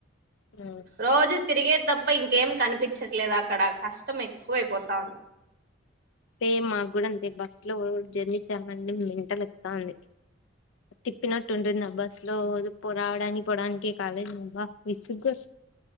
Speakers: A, on the left; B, on the right.
A: తెలీదు
B: రోజు తిరిగే తప్ప ఇంకేం కనిపించట్లేదు అక్కడ కష్టం ఎక్కువ అయిపోతాంది
A: సేమ్ మాకు కూడా అంతే బస్సు లో జర్నీ చేయాలంటే మెంటల్ ఎక్కుతా ఉంది తిప్ప నట్టు ఉంటుంది ఆ బస్ లో పొ రావడాని పావడానికి కాలేజ్ అబ్బా విసుగు